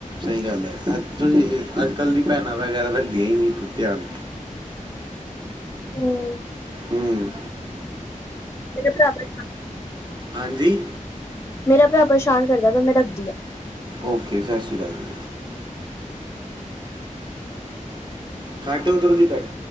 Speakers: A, on the right; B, on the left.
A: ਸਹੀ ਗੱਲ ਹੈ। ਅੱਜ ਅੱਜ ਕੱਲ ਦੀ ਭੈਣਾਂ ਵਗੈਰਾ ਰੱਖਦੀਆਂ ਹੀ ਨਹੀਂ ਧਿਆਨ
B: ਹਮ
A: ਹਮ
B: ਇਹਨ ਪ੍ਰਬ
A: ਹਾਂਜੀ
B: ਮੇਰਾ ਭਰਾ ਪਰੇਸ਼ਾਨ ਕਰਦਾ ਵ ਮੈਂ ਰੱਖਦੀ ਹਾਂ
A: ਓਕੇ ਜੀ ਸਤਿ ਸ਼੍ਰੀ ਅਕਾਲ ਜੀ ਘਾਟ ਉਧਰ ਦੀ ਘੱਟ